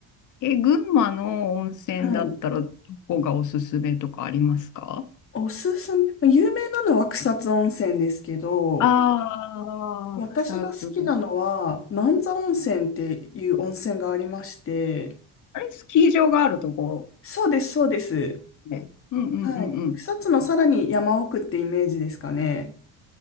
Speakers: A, on the left; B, on the left.
A: え、群馬の温泉だったらどこがおすすめとかありますか
B: はい。おすすめ、まあ有名なのは草津温泉ですけど、
A: ああー、
B: 私が好きなのは、
A: 草津。
B: 万座温泉っていう温泉がありまして、
A: あれ、スキー場があるとこ。
B: そうです、そうです。
A: ねうんうんうん
B: はい。草津のさらに山奥ってイメージですかね。